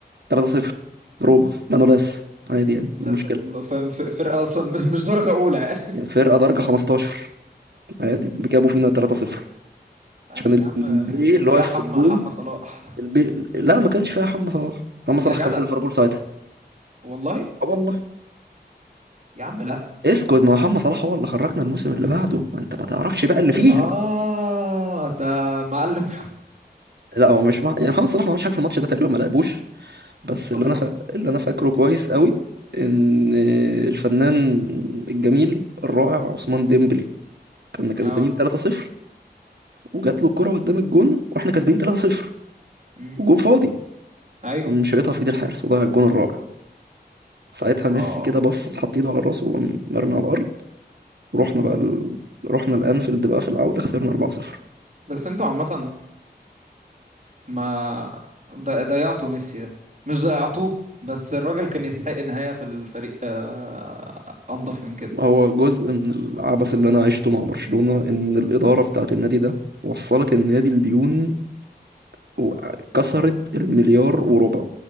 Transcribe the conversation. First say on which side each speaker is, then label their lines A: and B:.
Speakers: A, on the right (about 70°); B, on the right (about 40°).
A: 3-0 روما مانولاس عادي يعني
B: مثلا
A: إيه المشكلة
B: اللي هو فاهم ف- فرقة اصلا <laughs> مش درجة اولى يعني
A: يعني؟ فرقة درجة 15 عادي جابوا فينا 3-0
B: <laughs> بس
A: عشان ال-
B: يا عم
A: البي
B: كان
A: اللي
B: فيها
A: واقف
B: حمى
A: في الجون
B: حمى صلاح <laughs>
A: البي لا ما كانش فيها محمد صلاح محمد
B: يا
A: صلاح
B: جدع
A: كان في ليفربول ساعتها
B: والله
A: اه والله
B: يا عم لا
A: اسكت ما محمد صلاح هو اللي خرجنا الموسم اللي بعده ما انت ما تعرفش بقى اللي فيها
B: اه ده معلم
A: لا هو مش مع... يعني محمد صلاح ما عملش حاجه في الماتش ده تقريبا ما لعبوش بس اللي
B: <laughs> اصلا
A: انا ف... اللي انا فاكره كويس قوي ان الفنان الجميل الرائع عثمان ديمبلي كنا كسبانين
B: اه
A: 3-0 وجات له الكره قدام الجون واحنا كسبانين 3-0
B: امم
A: والجون فاضي
B: ايوه
A: قام شايطها في ايد الحارس وضيع الجون الرابع ساعتها ميسي
B: اه
A: كده بص حط ايده على راسه وقام مرمي على الارض ورحنا بقى ال... رحنا الانفيلد بقى في العوده خسرنا 4-0
B: بس انتوا عامة ما ض- ضيعته ميسي ده مش ضيعتوه بس الراجل كان يستحق نهاية في الفريق آه، أنظف من كده
A: هو جزء من العبث اللي انا عشته مع برشلونة ان الإدارة بتاعت النادي ده وصلت النادي لديون وكسرت المليار وربع